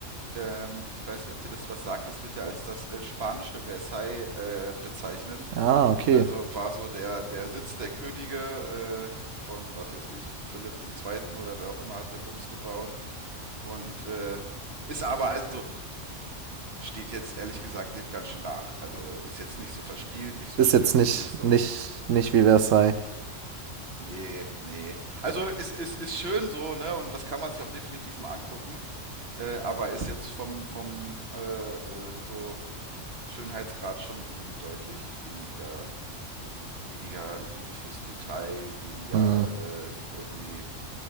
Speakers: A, on the right; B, on the right.
A: Ähm, ich weiß nicht, ob dir das was sagt. Das wird ja als das äh, spanische Versailles äh, bezeichnet.
B: ah, okay.
A: Also war so der, der Sitz der Könige äh, von, was weiß ich, Philipp dem Zweiten oder wer auch immer hat den Bums gebaut. Und äh, ist aber, also steht jetzt ehrlich gesagt dem ganz schön nach. Also ist jetzt nicht so verspielt, nicht so
B: Ist
A: schön,
B: jetzt nicht,
A: nicht so
B: nicht, nicht wie Versailles.
A: Nee, nee. Also es ist, ist, ist schön so, ne? Und das kann man sich auch definitiv mal angucken. Äh, aber ist jetzt vom, vom äh, äh, so Schönheitsgrad schon irgendwie deutlich weniger, weniger Liebe fürs Detail, weniger
B: hm
A: äh, irgendwie